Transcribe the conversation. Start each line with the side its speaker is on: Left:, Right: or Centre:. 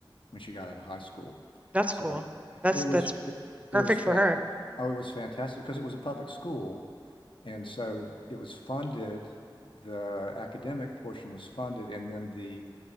Left: when she got out of high school.
Right: That's
Left: So
Right: cool. That's
Left: it was
Right: that's
Left: it,
Right: perfect
Left: it was fa
Right: for her.
Left: oh, it was fantastic because it was a public school, and so it was funded. The academic portion was funded, and then the